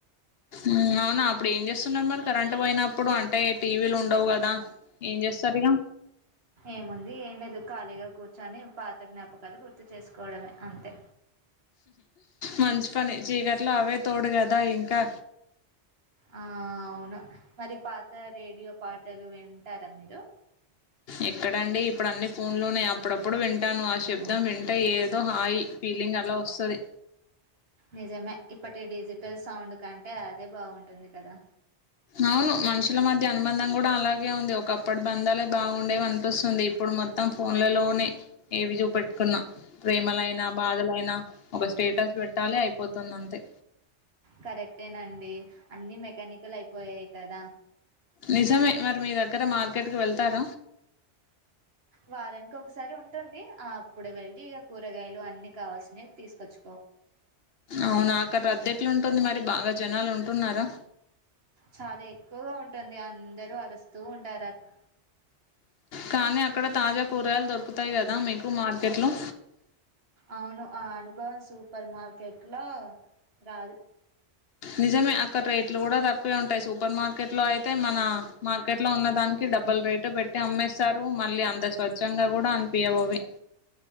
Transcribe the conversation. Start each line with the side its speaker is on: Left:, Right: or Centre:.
Left: మ్ ఔనా అప్పుడేంజేస్తున్నారు మరి కరెంటు పోయినప్పుడు అంటే టీవీలుండవ్ కదా ఏం చేస్సర్ ఇగ
Right: ఏముంది ఏం లేదు ఖాళీగా కూర్చొని పాత జ్ఞాపకాలు గుర్తు చేసుకోవడమే అంతే
Left: మంచి పని చీకట్లో అవే తోడు గదా ఇంకా
Right: ఆ ఆ అవును మరి పాత రేడియో పాటలు వింటారా మీరు
Left: ఎక్కడండి ఇప్పుడన్ని ఫోన్లోనే అప్పుడప్పుడు వింటాను ఆశబ్దం వింటే ఏదో హాయ్ ఫీలింగ్ అలా ఓస్తది
Right: నిజమే ఇప్పటి డిజిటల్ సౌండుకంటే అదే బాగుంటుంది కదా
Left: అవును మనుషుల మధ్య అనుబంధం గూడా అలాగే ఉంది ఒకప్పటి బంధాలే బాగుండేవి అనిపిస్తుంది ఇప్పుడు మొత్ మొత్తం ఫోన్లలోనే ఏవి జూపెట్కున్నా ప్రేమలైనా బాధలై నా ఒక స్టేటస్ బెట్టాలె అయిపోతుంది అంతే
Right: కరెక్టేనండి అన్ని మెకానికల్ అయిపోయాయి కదా
Left: నిజమే మరి మీ దగ్గర మార్కెట్కి వెళ్తార
Right: వారానికొక్కసారి ఉంటుంది ఆప్పుడు వెళ్ళి ఇగ కూరగాయలు అన్ని కావాల్సినై తీసుకొచ్
Left: అవునా అక్కడ రద్దెట్లుంటుంది మరి బాగా జనాలు ఉంటున్నారా
Right: చాలా ఎక్కువగా ఉంటుంది అందరూ అరుస్తూ ఉంటారనమాట
Left: కానీ అక్కడ తాజా కూరగాయల్ దొరుకుతాయి గదా మీకు మార్కెట్లో
Right: ఔను ఆ అనుభవం సూపర్ మార్కెట్లో రాదు
Left: నిజమే అక్కడ రేట్లు గూడా తక్కువే ఉంటాయి సూపర్ మార్కెట్లో అయితే మన మార్కెట్ లో ఉన్న దానికి డబల్ రేటు పెట్టి అమ్మేస్తారూ మళ్ళీ అంత స్వచ్ఛంగా గుడా అనిపియ్యవవ్వి